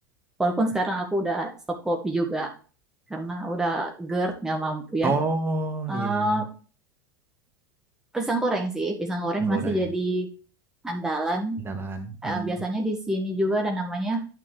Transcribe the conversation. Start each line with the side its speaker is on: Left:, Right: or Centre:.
Centre: walaupun sekarang aku udah stop kopi juga karena udah GERD nggak mampu
Right: Oh
Centre: ya. Eh,
Right: iya iya
Centre: pisang goreng sih, pisang goreng
Right: Mie goreng
Centre: masih jadi andalan
Right: Indalan.
Centre: eh,
Right: Hmm.
Centre: biasanya di sini juga ada namanya